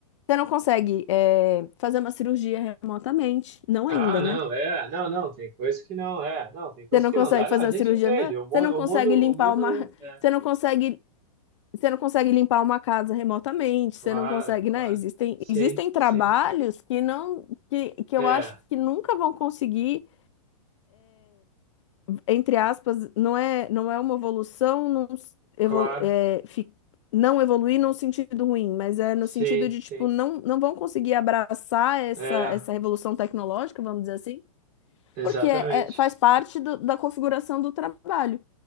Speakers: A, on the left; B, on the right.
A: você não consegue é, fazer uma cirurgia remotamente, não
B: Ah,
A: ainda,
B: não,
A: né?
B: é, não, não, tem coisa que não, é, não, tem coisa
A: Você não
B: que
A: consegue
B: não dá, não,
A: fazer
B: a gente
A: uma cirurgia,
B: entende, o mundo,
A: você não consegue
B: o mundo,
A: limpar
B: o mundo,
A: uma,
B: é,
A: você não consegue Você não consegue limpar uma casa remotamente,
B: claro,
A: você não consegue,
B: claro,
A: né? Existem,
B: sim,
A: existem trabalhos
B: sim,
A: que não, que, que
B: é,
A: eu acho que nunca vão conseguir entre aspas, não é, não é uma evolução, não, s- evolu
B: claro,
A: é, fi- não evoluir num sentido ruim, mas é no
B: Sim,
A: sentido de,
B: sim.
A: tipo, não, não vão conseguir abraçar essa,
B: É,
A: essa revolução tecnológica, vamos dizer assim,
B: exatamente.
A: porque é, é- faz parte do- da configuração do trabalho.